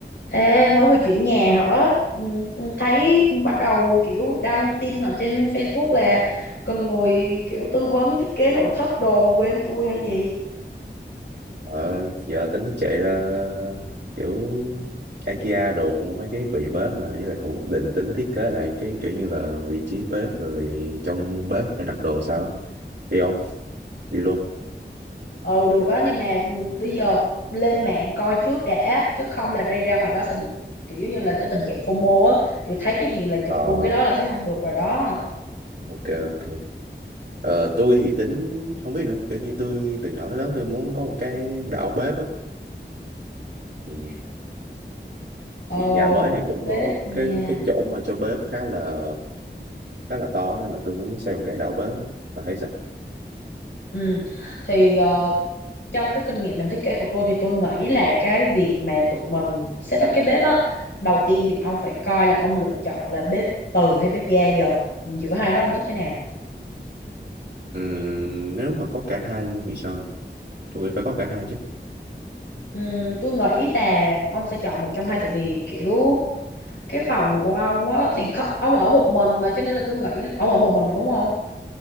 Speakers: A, on the left (about 75°); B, on the right (about 65°).
A: Ê, mới vừa chuyển nhà hả? Ừ, Thấy bắt đầu kiểu đăng tin ở trên Facebook là cần người kiểu tư vấn thiết kế nội thất đồ mà quên tôi hay gì.
B: Ờ, giờ tính chạy ra kiểu IKEA đồ mua mấy cái thiết bị bếp là với lại cũng định tính thiết kế lại cái kiểu như là vị trí bếp rồi trong bếp phải đặt đồ sao á. đi không đi luôn
A: Ừ được á, nhưng mà ừ, bây giờ lên mạng coi trước đã, chứ không là đi ra ngoài đó sẽ bị kiểu giống như là cái tình trạng FOMO á, kiểu thấy cái gì là chụp
B: ờ
A: luôn cái đó là thấy không được rồi đó.
B: ok ok ờ, tôi thì tính không biết nữa kiểu như tôi từ nhỏ tới lớn tôi muốn có một cái đảo bếp á thì,
A: Ồ,
B: thì nhà mới này cũng
A: bếp
B: có
A: nha.
B: cái cái chỗ mà cho bếp khá là khá là to nên là tôi muốn xây một cái đảo bếp á. Bà thấy sao
A: Ừ. Thì ờ, trong cái kinh nghiệm làm thiết kế của tôi thì tôi nghĩ là cái việc mà tụi mình set up cái bếp á đầu tiên thì ông phải coi là ông lựa chọn là bếp từ hay bếp ga giờ giữa hai đó ông thích cái nào
B: Ừm, nếu mà có cả hai luôn thì sao tôi nghĩ phải có cả hai chứ
A: Ừm, tôi nghĩ là ông sẽ chọn một trong hai tại vì kiểu cái phòng của ông á thì kho- ông ở một mình mà cho nên là tôi nghĩ là ông ở một mình mà đúng không